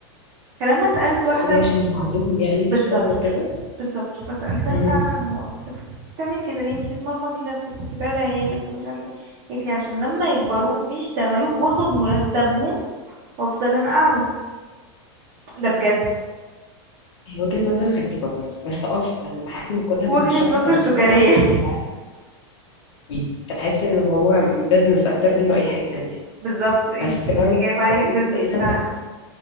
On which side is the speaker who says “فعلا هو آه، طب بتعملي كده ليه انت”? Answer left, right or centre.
Right